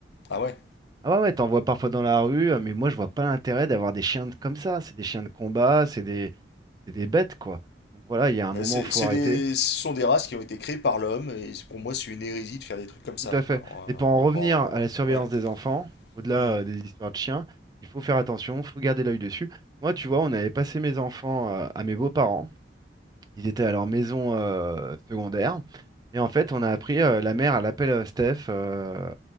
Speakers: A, on the left; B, on the right.
A: Ah ouais.
B: Ah ouais, ouais, t'en vois parfois dans la rue, euh, mais moi, je vois pas l'intérêt d'avoir des chiens de- comme ça. C'est des chiens de combat, c'est des, c'est des bêtes, quoi. Donc voilà, il y a un moment,
A: Euh, C'est,
B: faut
A: c'est
B: arrêter.
A: des, ce sont des races qui ont été créées par l'homme, et c'est- pour moi, c'est une hérésie de faire des trucs comme ça,
B: Tout à fait.
A: quoi. On, euh,
B: Et pour en
A: on
B: revenir
A: pourra-
B: à la surveillance
A: ouais. Ouais.
B: des enfants, au-delà,
A: Mhm.
B: euh, des histoires de chiens, il faut faire attention, faut garder l'œil dessus. Moi, tu vois, on avait passé mes enfants, euh, à mes beaux-parents. Ils étaient à leur maison euh, secondaire. Et en fait, on a appris, euh, la mère, elle appelle euh, Steph euh,